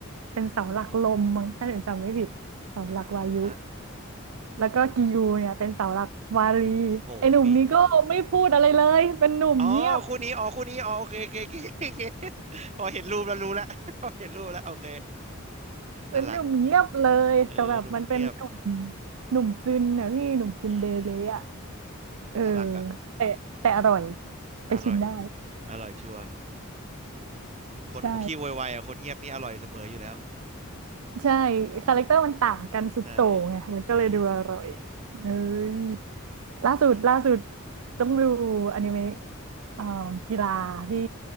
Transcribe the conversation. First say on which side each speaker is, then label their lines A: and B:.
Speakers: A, on the right; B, on the right.
A: เป็นเสาหลักลมมั้งถ้าผมจำไม่ผิดเสาหลักวายุ
B: อ่าฮะแป๊บนึงนะ
A: แล้วก็กิยูเนี่ยเป็นเสาหลักวารี
B: โอ้พี่
A: ไอ้หนุ่มนี้ก็ไม่พูดอะไรเลยเป็นหนุ่มเงียบ
B: อ๋อคู่นี้อ๋อคู่นี้อ๋อโอเคโอเคโอเคโอเค <laughs> พอเห็นรูปแล้วรู้แล้ว <laughs> พอเห็นรูปแล้วโอเค
A: เป็นหนุ่มเงียบเลยแต่แบบมันเป็นหนุ่ม
B: น่ารักเออหนุ่มเงียบ
A: หนุ่มซึนนะพี่หนุ่มซึนเดเลอ่ะ
B: อืมอืมอืม
A: เออ
B: น่ารักอ่ะ
A: แต่แต่อร่อยไปชิมได้
B: อร่อยอร่อยชัวร์คนขี้โวยวายอ่ะคนเงียบนี่อร่อยเสมออยู่แล้ว
A: ใช่ใช่คาแรคเตอร์มันต่างกันสุดโต่งไงมันก็เลยดูอร่อย
B: ใช่จริง
A: เอ้
B: อืม
A: ยล่าสุดล่าสุด
B: จริง
A: ต้องดูอนิเมะอ่ากีฬาพี่